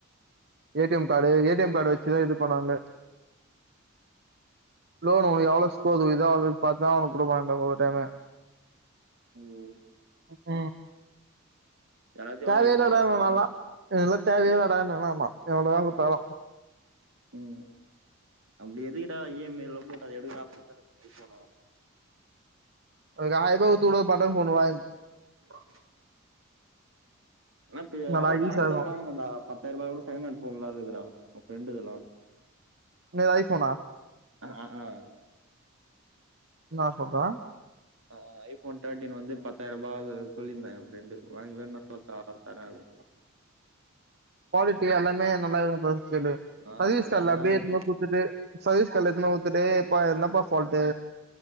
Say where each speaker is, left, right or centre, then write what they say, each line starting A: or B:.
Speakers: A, on the right; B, on the right.
A: A T M card A T M card வெச்சுதா இதுப் பண்ணானே லோனு உனுகு எவ்ளோ ஸ்கோகு <unintelligible> ஒரு டைமு
B: ம்
A: ம் ம்
B: எல்லாத்தையு
A: தேவயே
B: வாங்கி வச்சுப்பாங்களாப்பா
A: இலடானுவே நாளா எனுகுலாத் தேவயே இலடானுவே நாளா எவ்ளதாங் குத்தாலு
B: ம் அப்டி எதுகிடா இ எம் ஐ ல போட்டு <unintelligible>
A: <unintelligible> குத்து கூட ஒரு பட்டன் ஃபோனு <unintelligible>
B: <unintelligible> ஆப்ப ஏ
A: நல்லா
B: அதா <unintelligible>
A: யூஸ் ஆகும்
B: வாங்கனுண்டா பத்தாயிரபா கூட செகனண்ட் ஃபோன்லா இருகுதுடா உ ஃப்ரெண்டுதுலா
A: இன்னது ஐ ஃபோனா
B: ஆ ஆ ஆ
A: இன்னா சொல்றே
B: ஆ ஐபோன் தேர்ட்டின் வந்து பத்தாயிரம் ரூபா சொல்லிருந்தா எய ஃப்ரெண்டு உனக்கு வேணுன்னா சொல்லுட்டா தர அப்டின்னு
A: குவாலிட்டி எல்லாமே நல்லா இருக்கான்னு ஃபர்ஸ்ட் கேளு
B: ஆ
A: சர்வீஸ் கடைல
B: நல்லதா
A: அப்டியே
B: இருக்கு
A: எடுத்துப்போய் குடுத்துட்டு சர்வீஸ் கடையில எடுத்துன்ட்டு போய் குத்துட்டு யாப்பா இது என்னப்பா ஃபால்டு